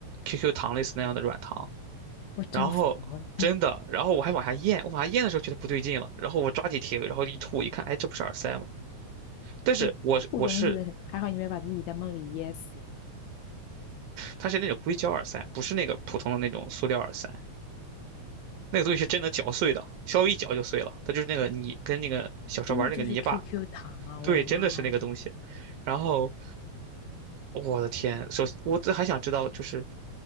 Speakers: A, on the right (about 70°); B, on the left (about 80°).
A: QQ 糖类似那样的软糖，
B: <laughs> 我真服了，
A: 然后真的，然后我还往下咽，我往下咽的时候觉得不对劲了，然后我抓紧铁，然后一吐一看，哎，这不是耳塞吗？但是我是我是
B: <laughs> 吐东西的人，还好你没把自己在梦里噎死，
A: 它是那种硅胶耳塞，不是那个普通的那种塑料耳塞。那个东西是真的嚼碎的，稍微一嚼就碎了。它就是那个泥，跟那个小时候玩那个泥巴，
B: 真的就是 QQ 糖啊！
A: 对，
B: 我的妈呀，
A: 真的是那个东西。然后我的天，首我这还想知道，就是